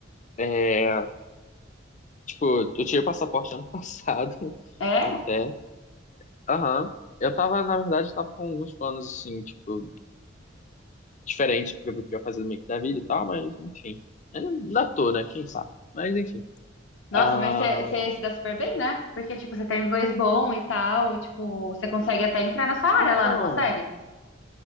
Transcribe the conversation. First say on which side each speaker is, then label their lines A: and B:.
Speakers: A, on the left; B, on the left.
A: É, tipo, eu tirei o passaporte ano <laughs> passado,
B: É?
A: até. Aham. Eu tava, na verdade, tava com alguns planos, assim, tipo, diferentes do que eu ia fazer meio que da vida e tal, mas, enfim. Ainda tô, né? Quem sabe? Mas, enfim.
B: Nossa,
A: Ah,
B: mas você você se dá super bem, né? Porque, tipo, você tem inglês bom e tal, tipo, você consegue até entrar na sua
A: então,
B: área lá, não consegue?